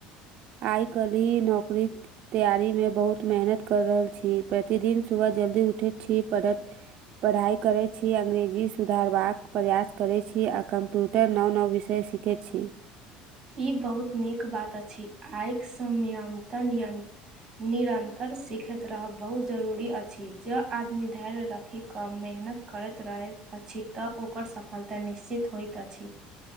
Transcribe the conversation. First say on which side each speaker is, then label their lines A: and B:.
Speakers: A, on the right; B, on the right.
A: आय कली नौकरीक तैयारीमे बहुत मेहनत कर रहल छी, प्रतिदिन सुबह जल्दी उठै छी पढ़त पढ़ाइ करै छी अंग्रेजी सु सुधारबाक प्रयास करै छी आ कम्प्यूटर नव नव विषय सीखै छी।
B: ई बहुत नीक बात अछि आयक संयंत्र यंत्र निरन्तर सिखैत रहब बहुत जरूरी अछि ज आदमी धैर्य राखि क मेहनत करैत रहैत अछी त ओकर सफलता निश्चित होइत अछी।